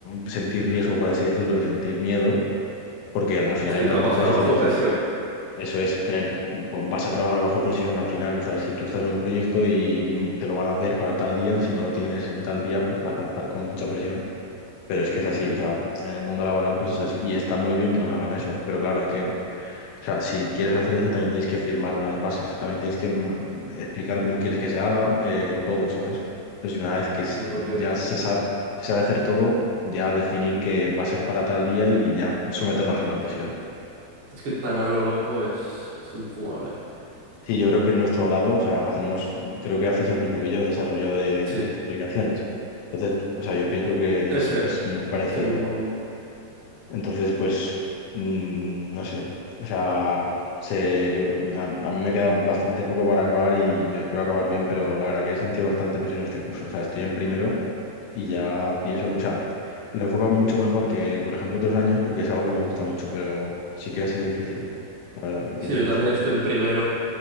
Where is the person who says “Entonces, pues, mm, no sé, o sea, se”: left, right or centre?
Left